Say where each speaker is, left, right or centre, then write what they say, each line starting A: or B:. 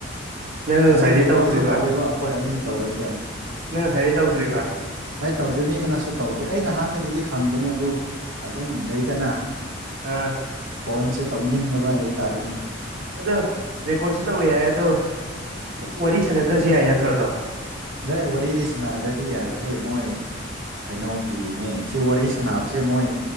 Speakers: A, on the right; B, on the right.
A: ꯅꯪ ꯉꯁꯥꯏꯗꯤ
B: ꯑꯁꯤ ꯔꯦꯀꯣꯔꯠꯁꯨ
A: ꯇꯧꯗ꯭ꯔꯤꯕ
B: ꯇꯧꯋꯦꯕ ꯑꯩꯈꯣꯏ ꯑꯅꯤ ꯇꯧꯕꯁꯦ
A: ꯅꯪ ꯉꯁꯥꯏꯗꯤ ꯇꯧꯗ꯭ꯔꯤꯕ
B: ꯑꯩ ꯇꯧꯗ꯭ꯔꯤꯉꯩ ꯀꯅꯁꯨ ꯇꯧꯗ꯭ꯔꯤ ꯑꯩ ꯅꯍꯥꯟꯗꯒꯤꯗꯤ ꯗꯤ ꯍꯪꯕꯅꯦ ꯑꯗꯨ ꯑꯗꯨꯝ ꯂꯩꯗꯅ
A: ꯑꯥ
B: ꯐꯣꯟꯁꯦ ꯇꯧꯅꯤꯡꯗꯕ ꯍꯥꯏꯕ ꯇꯥꯔꯦꯅꯦ
A: ꯑꯗꯣ ꯔꯦꯀꯣꯔꯠꯁꯨ ꯇꯧꯋꯦ ꯍꯥꯏ ꯑꯗꯣ ꯋꯥꯔꯤ ꯁꯥꯟꯅꯗ꯭ꯔꯁꯨ ꯌꯥꯏ ꯅꯠꯇ꯭ꯔꯣꯗꯣ
B: ꯅꯣꯏ ꯋꯥꯔꯤꯗꯤ ꯁꯅꯥꯗ꯭ꯔꯗꯤ ꯌꯥꯔꯣꯏꯍꯦ ꯃꯣꯏ ꯀꯩꯅꯣꯒꯤꯅꯦ ꯁꯤ ꯋꯥꯔꯤ ꯁꯥꯟꯅꯕꯁꯦ ꯃꯣꯏ